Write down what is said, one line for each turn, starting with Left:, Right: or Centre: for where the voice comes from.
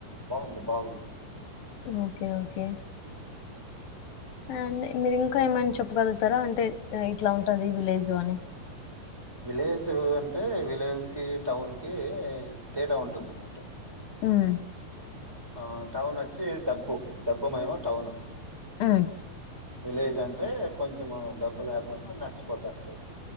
Centre: బాగుంది బాగుంది
Left: ఓకే ఓకే
Centre: ఉమ్
Left: అ మీరు ఇంకా ఏమైనా చెప్పగలుగుతారా అంటే ఇట్లా ఉంటుంది విలేజ్ అని
Centre: విలేజ్ అంటే విలేజ్ కి టౌన్ కి తేడా ఉంటుంద అనమాట
Left: ఉమ్
Centre: ఆ టౌన్ వచ్చి డబ్బు డబ్బు మేమో టౌను
Left: ఉమ్
Centre: విలేజ్ అంటే కొంచెం డబ్బు లేకుండా నడిచిపోతా ఉంటారు